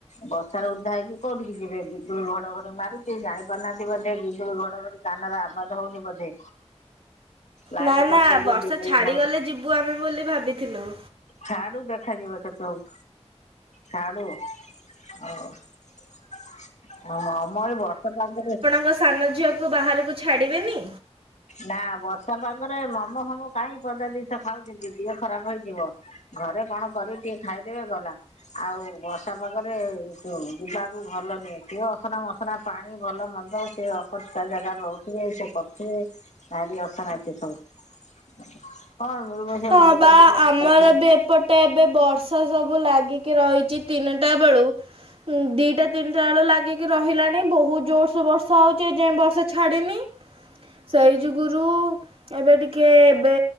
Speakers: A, on the left; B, on the right.
A: ବର୍ଷାରେ ଉଦା ହେଇକି କୋଉଠିକି ଯିବେ ବିଜୁଳି ଘଡଘଡି ମାରୁଛି ଜାଣି ପାରୁନାହାନ୍ତି ବୋଧେ ବିଜୁଳି ଘଡଘଡି। କାନ ର ଆବାଜ୍ ହଉନି ବୋଧେ? ଲାଇଟ
B: ନା
A: କରିଦଉଛି
B: ନା ବର୍ଷା
A: ବିଜୁଳି
B: ଛାଡ଼ିଗଲେ
A: ଘଡଘଡି
B: ଯିବୁ ଆମେ ବୋଲି ଭାବିଥିଲୁ।
A: ଛାଡୁ ଦେଖାଯିବ ସେତବେଳୁ ଛାଡୁ ହୋଉ ମୋମୋ ଏଇ ବର୍ଷା ପାଗରେ।
B: ମୋ ସାନ ଝିଅକୁ ବାହାରକୁ ଛାଡ଼ିବେନି।
A: ନା, ବର୍ଷା ପାଗରେ ମୋମୋ ଫୋମୋ କାହିଁ ପଦା ଜିନିଷ ଖାଉଛନ୍ତି ଦେହ ଖରାପ ହେଇଯିବ। ଘରେ କଣ କରିକି ଟିକେ ଖାଇଦେବେ ଗଲା। ଆଉ ବର୍ଷା ପାଗରେ ଯିବା ବି ଭଲ ନୁହେଁ। ଦେହ ଅସନା ମ ଅସନା ପାଣି ଭଲ ମନ୍ଦ ସେ ଅ ଷ୍କାର ଜାଗାରେ ରହୁଥିବେ ସେ କରୁଥିବେ। ଭାରି ଅସନା ଜିନିଷ ସବୁ। କଣ ମିଳିବ ସେ
B: ହଁ
A: ମଇଦା
B: ବା
A: ଟିକେ
B: ଆମର
A: କରିଦେଲେ
B: ବି ଏପଟେ ଏବେ ବର୍ଷା ସବୁ ଲାଗିକି ରହିଛି। ତିନିଟା ବେଳୁ ଦିଟା ତିନିଟା ବେଳୁ ଲାଗିକି ରହିଲାଣି। ବହୁତ ଜୋରସେ ବର୍ଷା ହଉଛି ଯେ ବର୍ଷା ଛାଡ଼ିନି ସେଇ ଯୁଗୁରୁ ଏବେ ଟିକେ ଏବେ